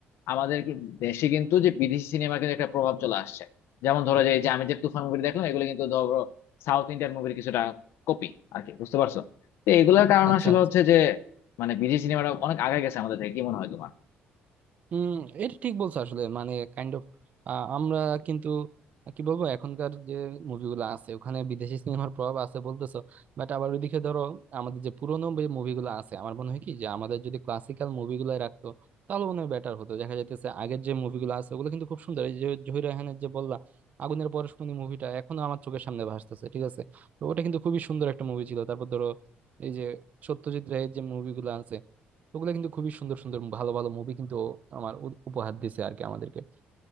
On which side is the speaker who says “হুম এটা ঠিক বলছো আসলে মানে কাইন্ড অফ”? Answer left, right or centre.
Right